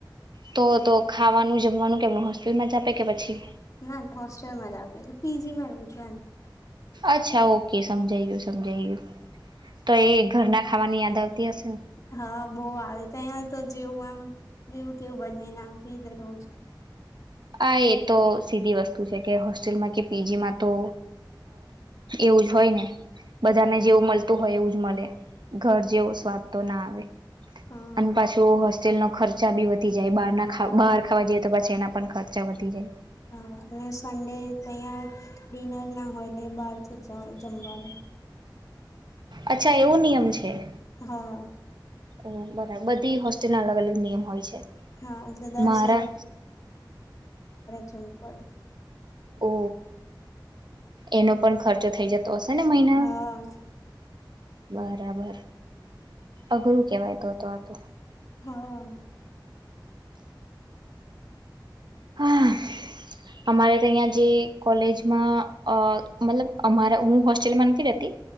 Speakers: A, on the right (about 65°); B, on the left (about 45°).
A: તો તો ખાવાનું જમવાનું કેમ હોસ્ટેલમાં જ આપે કે પછી
B: ના હોસ્ટેલમાં જ આપે છે પીજીમાં રહુ છું એમ
A: અચ્છા ઓકે સમજાય ગયું સમજાય ગયું તો એ ઘરના ખાવાની યાદ આવતી હશે ને
B: હા બો આવે તયાં તો જે વન જેવું તેવું બનાઈને આપી દરરોજ
A: આ એ તો સીધી વસ્તુ છે કે હોસ્ટેલમાં કે પીજીમાં તો એવું જ હોય ને. બધા
B: હા
A: ને જેવું મળતુ હોય એવું. મલે ઘર જેવો સ્વાદ તો ના આવે
B: હા
A: અને પાછું હોસ સ્ટલનો ખર્ચા બી વધી જાય બારના ખા બાર ખાવા જઈએ તો પાછી એના પણ ખર ચા વધી જાય.
B: હા અને સન્ડે તયા ડિનર ના હોય બાર થી જ જમવાનું
A: અચ્છા એવો નિયમ છે.
B: હા.
A: ઓ બરાબર બધી હોસ્ટેલના અલગ અલગ નિયમ હોય છે
B: હા એટલે દર
A: મારા
B: ઝુંપળ
A: ઓ એનો પણ ખર તો થઈ જતો હશે ને મહિનો
B: હા
A: બરાબર. અઘરું કેવાય તો તો આ તો
B: હા.
A: હા અમારે તો અહીંયા જે કોલેજમાં અ મતલબ અમારા હું હોસ્ટેલમાં નથી રેતી